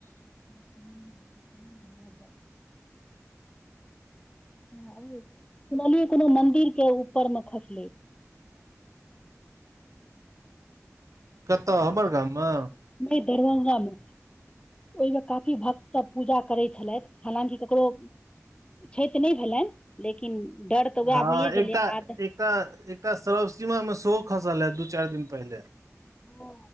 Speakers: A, on the left; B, on the right.
A: हूं हूं अगत हं आइये छै, सुनलियै कोनो मंदिर के ऊपर मे खसलय।
B: कत्त हमर गाममे?
A: नै दरभंगा मे ओइमे काफी भक सभ पूजा करै छलैथ हलाँकि ककरो छैत नय भेलैन लेकिन डर तऽ
B: हँ
A: वैह भइए गेलै
B: एकटा
A: आद
B: एकटा एकटा सरवसीमा में सेहो खसलए दू चाइर दिन पहिले।
A: ओ